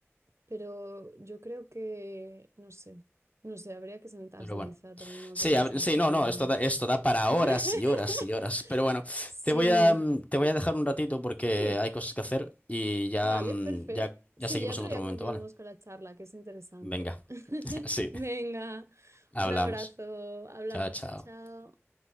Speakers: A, on the right (about 70°); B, on the left (about 30°).
A: Pero yo creo que, no sé, no sé, habría que sentarse
B: Pero bueno.
A: quizá a tener una
B: Sí,
A: conversación.
B: a ver, sí, no, no, esto da, esto da para
A: <laughs>
B: horas y horas y horas. Pero bueno,
A: Sí,
B: te voy a, mm, te voy a dejar un ratito porque
A: sí,
B: hay cosas que hacer y ya,
A: vale,
B: mm,
A: perfecto.
B: ya, ya
A: Sí,
B: seguimos
A: ya otro
B: en otro
A: día
B: momento,
A: continuamos
B: ¿vale?
A: con la charla, que es interesante.
B: Venga,
A: <laughs>
B: <laughs> sí,
A: Venga,
B: hablamos.
A: un abrazo, hablamos,
B: Chao, chao.
A: chao, chao.